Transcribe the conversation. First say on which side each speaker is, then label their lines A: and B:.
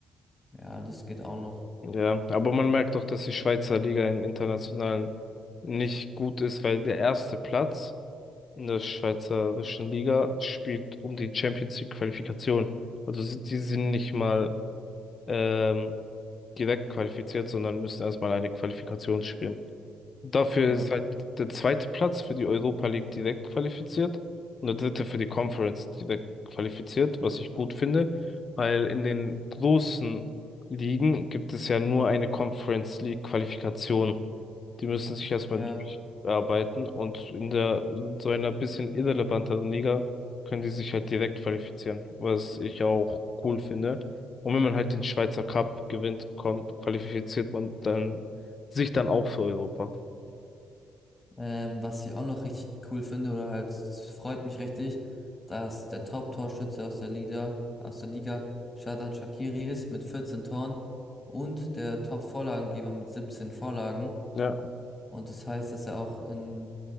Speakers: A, on the left; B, on the left.
A: ja, das geht auch noch.
B: Ja, aber man merkt doch, dass die Schweizer Liga im Internationalen nicht gut ist, weil der erste Platz in der Schweizerischen Liga spielt um die Champions League Qualifikation. Also sie- die sind nicht mal ähm, direkt qualifiziert, sondern müssen erstmal eine Qualifikation spielen. Dafür
A: Ja.
B: ist halt der zweite Platz für die Europa League direkt qualifiziert und der dritte für die Conference direkt qualifiziert, was ich gut finde, weil in den großen Ligen gibt es ja nur eine Conference League Qualifikation. Die müssen sich erstmal
A: Ja.
B: durcharbeiten und in der, in so einer bisschen irrelevanteren Liga können die sich halt direkt qualifizieren, was ich auch cool finde. Und wenn man halt den Schweizer Cup gewinnt, kommt, qualifiziert man dann sich dann auch für Europa.
A: Ähm, was ich auch noch richtig cool finde, oder halt, es freut mich richtig, dass der Top-Torschütze aus der Liga, aus der Liga Xherdan Shaqiri ist mit 14 Toren und der Top-Vorlagengeber mit 17 Vorlagen.
B: Ja,
A: Und das heißt, dass er auch in